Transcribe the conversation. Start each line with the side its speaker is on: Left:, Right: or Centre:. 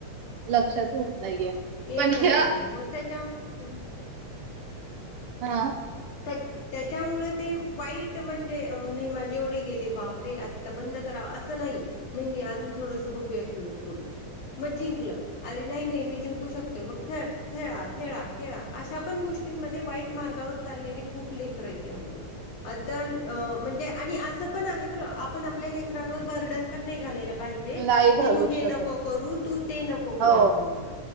Right: लक्षात येत नाहीये
Left: येतच
Right: पण ह्या
Left: नाही. मग त्याच्या हम्,
Right: हा,
Left: तेग त्याच्यामुळे ते वाईट म्हणजे नाही माझे एवढे गेले. बाप रे आता बंद करा असं नाही. नाही नाही, अजून थोडंस बघूया खेळून पुढं मग जिंकलं. अरे नाही नाही मी जिंकू शकतोय. मग खेळ खेळा खेळा खेळा अशा पण गोष्टींमध्ये वाईट मार्गावर चाललेले खूप लेकर आहेत. यामध्ये अ तन म्हणजे आणि असं पण आहे बरं, आपण आपल्या लेकरांवर बर्डन पण नाही घालायला पाहिजे.
Right: नाही घालू
Left: की तू हे
Right: शकत.
Left: नको करू, तू ते नको करू,
Right: हो
Left: म्हणून पण